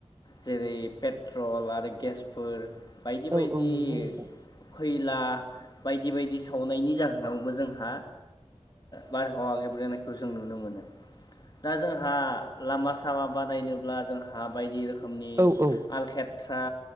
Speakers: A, on the left; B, on the right.
A: जेरै पेट्रल आरो गेसफोर बायदि
B: औ
A: बायदि
B: औ नंगौ नोंथां
A: खैला बायदि बायदि सावनायनि जाहोनावबो जोंहा बारहावा ओ गेब्रेनाय खौ जों नुनो मोनो दा जोंहा लामा सामा बादायनोब्ला जों हा बायदि रो खोमनि
B: औ औ
A: आलखेट फ्रा